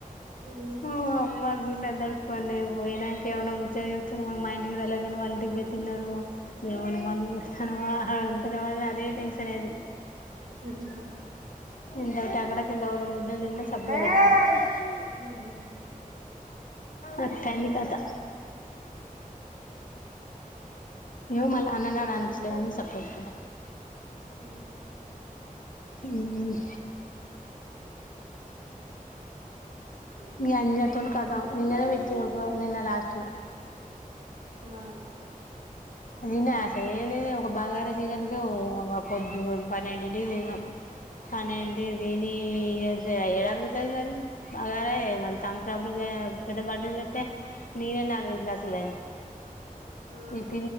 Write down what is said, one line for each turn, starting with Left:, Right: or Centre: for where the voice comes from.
Right: ఉమ్
Left: ఓ అమ్మా గుండె తడుక్పోయింది పోయనానికి ఏమైనా ముచ్చట చె చెప్తున్నా ఏమో మా ఇంటికి రాలేదు వాళ్ళ ఇంటికి పోయి తిన్నారు ఏమన్నా మందులు పెడతన్నావా అని అంటారేమో అదే టెన్షన్ అయింది
Right: ఉమ్
Left: ఇందాకట టకటకా రెండు ముద్దలు తిన్నా సబ్లోకి
Right: ఏయ్
Left: వచ్చినాయ్
Right: ఉమ్
Left: అట్టయింది కత మేము మళ్ళ అన్ననాడు అనొచ్చు లే అని సర్పెట్టుకునం
Right: ఉహు
Left: ఊమ్. మీ అన్యతో ఖతం నిన్ననే పెట్టిఉండ్రు నిన్న లాస్ట్ ఇగ
Right: ఆ
Left: అది తిన్న అసల్ ఒక బగారా చికెన్ ఒక పొద్దు పన్నెండింటికి తిన్నాం పన్నెంటికి దినీ ఎబ్బే ఏడఅరుగుతది అది బగారై మళ్లీ థమ్సపులు పెద్ద బాటిల్ తెత్తే నెనే నాలుగైదు గ్లాసులు తాగినా
Right: ఆ
Left: ఇప్